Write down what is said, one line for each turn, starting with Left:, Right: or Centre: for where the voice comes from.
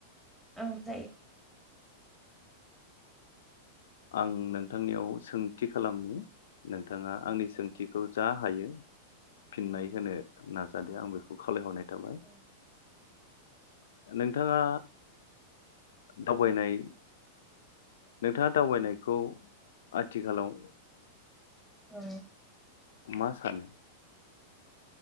Centre: औ जायो।
Left: आं नोंथांनियाव सोंथि खालामनि नोंथाङा आंनि सोंथिखौ जा हायो फिननाय होनो नाजादो आं बेखौ खावलायहरनाय थाबाय
Centre: औ
Left: नोंथाङा दावबायनाय नोंथाङा दावबायनायखौ आथिखालाव
Centre: औ।
Left: मा सानो?